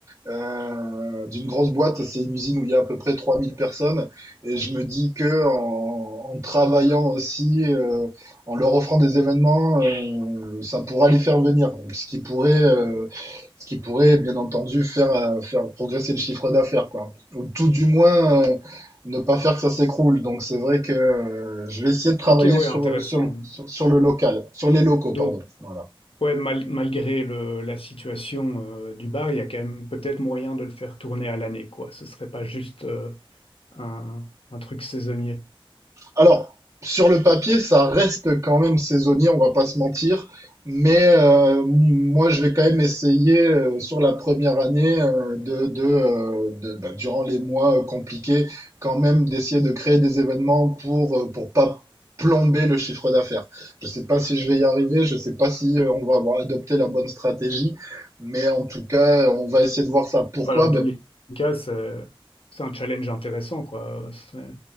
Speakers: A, on the right (about 30°); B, on the left (about 75°).
A: euh, d'une grosse boîte, c'est une usine où il y a à peu près 3000 personnes. Et je me dis que en, en travaillant aussi, euh, en leur offrant des événements, euh, ça pourra les faire venir. Ce qui pourrait... euh, ce qui pourrait, bien entendu, faire, euh, faire progresser le chiffre d'affaires, quoi. Ou tout du moins, euh, ne pas faire que ça s'écroule. Donc, c'est vrai que euh, je vais essayer de travailler
B: Ok, ouais,
A: sur,
B: intéressant.
A: euh, sur, le- sur, sur le local, sur les locaux,
B: Donc,
A: pardon. Voilà.
B: ouais, mal- malgré le, la situation euh, du bar, il y a quand même peut-être moyen de le faire tourner à l'année, quoi. Ce serait pas juste euh, un, un truc saisonnier.
A: Alors, sur le papier, ça reste quand même saisonnier, on va pas se mentir. Mais euh, m- moi, je vais quand même essayer euh, sur la première année euh, de, de, euh, de- bah, durant les mois euh, compliqués, quand même d'essayer de créer des événements pour euh, pour pas plomber le chiffre d'affaires. Je sais pas si je vais y arriver, je sais pas si euh, on va avoir adopté la bonne stratégie, mais en tout cas, on va essayer de voir ça. Pourquoi?
B: Bah, dans
A: Ben,
B: tous les cas, c'est c'est un challenge intéressant, quoi. C'est-